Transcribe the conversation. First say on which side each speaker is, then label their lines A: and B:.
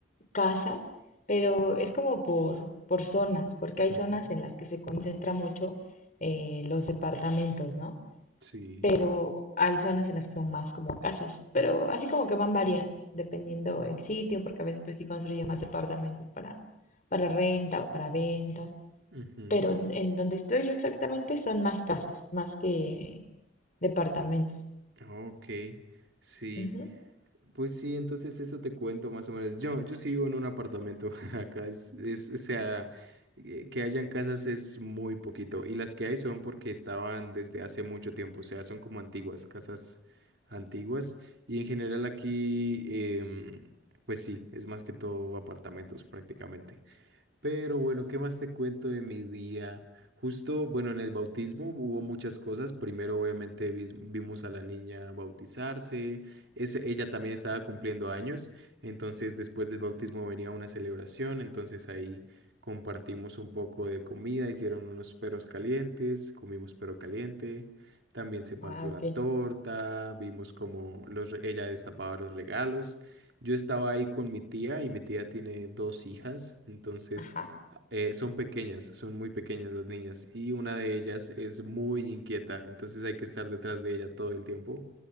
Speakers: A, on the left; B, on the right.
A: casas, pero es como por, por zonas, porque hay
B: Ujú,
A: zonas en las que se concentra mucho eh, los departamentos, ¿no?
B: Sí.
A: Pero hay zonas en las que son más como casas, pero así como que van variando, dependiendo el sitio, porque a veces pues sí construyen más departamentos para, para renta o para venta,
B: ujú,
A: pero en donde estoy yo exactamente son más casas, más que departamentos.
B: Ok, sí.
A: Ujú.
B: Pues sí, entonces eso te cuento más o menos. Yo, yo sí vivo en un apartamento. <laughs> Acá es, es, o sea, eh, que hayan casas es muy poquito. Y las que hay son porque estaban desde hace mucho tiempo. O sea, son como antiguas, casas antiguas. Y en general aquí, em, pues sí, es más que todo apartamentos prácticamente. Pero bueno, ¿qué más te cuento de mi día? Justo, bueno, en el bautismo hubo muchas cosas. Primero, obviamente, vis- vimos a la niña bautizarse. Ese- ella también estaba cumpliendo años. Entonces, después del bautismo venía una celebración. Entonces, ahí compartimos un poco de comida. Hicieron unos perros calientes. Comimos perro caliente. También se partió
A: Ah, ok.
B: la torta. Vimos cómo los, re- ella destapaba los regalos. Yo estaba ahí con mi tía y mi tía tiene dos hijas, entonces
A: Ajá.
B: eh, son pequeñas, son muy pequeñas las niñas y una de ellas es muy inquieta, entonces hay que estar detrás de ella todo el tiempo.